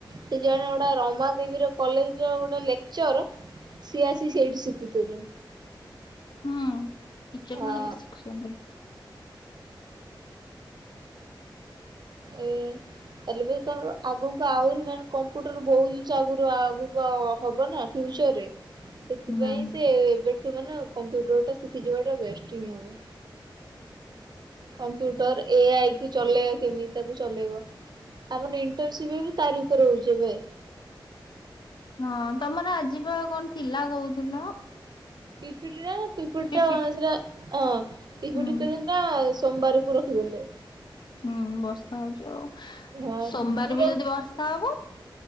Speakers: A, on the right (about 55°); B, on the left (about 60°).
A: ସେ ଜଣେ ଗୋଟେ ରମାଦେବୀ ର କଲେଜ ର ଗୋଟେ ଲେକ୍ଚର। ସିଏ ଆସି ସେଇଠି ଶିଖୁଥିଲେ।
B: ହୁଁ ଟିଚର
A: ହଁ
B: ମାନେ ବି ଶିଖୁଛନ୍ତି।
A: ଏ <inaudible> ଆଗକୁ ଆହୁରି ମାନେ କମ୍ପ୍ୟୁଟର ବହୁତ ଜିନିଷ ଆଗରୁ ଆଗକୁ ଅ ହବ ନା ଫ୍ୟୁଚର୍ ରେ ସେଥିପାଇଁ
B: ହୁଁ
A: ସେ ଏବେଠୁ ମାନେ କମ୍ପ୍ୟୁଟର ଟା ଶିଖିଯିବା ଟା ବେଷ୍ଟ୍ ହିଁ ହବ। କମ୍ପ୍ୟୁଟର ଏ ଆଇ କି ଚଲେଇଆ କେମିତି ତାକୁ ଚଲେଇବ? ଆମର ଇଣ୍ଟର୍ନସିପ୍ ବି ତାରି ଉପରେ ହଉଛି ଏବେ।
B: ହଁ ତମର ଆଜି ପା କଣ ଥିଲା କହୁଥୁଲୁ?
A: ପିପିଟିରେ, ପିପୁଡି
B: ପିପିଟି
A: ଟା ସେଟା ଅଁ ପିପିଡ଼ି
B: ହୁଁ
A: ତ ସେଦିନ ସୋମବାରକୁ ରଖିଦେଲେ।
B: ହୁଁ ବର୍ଷା ହଉଛି ଆଉ,
A: ହଁ
B: ସୋମବାର
A: ଦୂର
B: ବି ଯଦି ବର୍ଷା ହବ?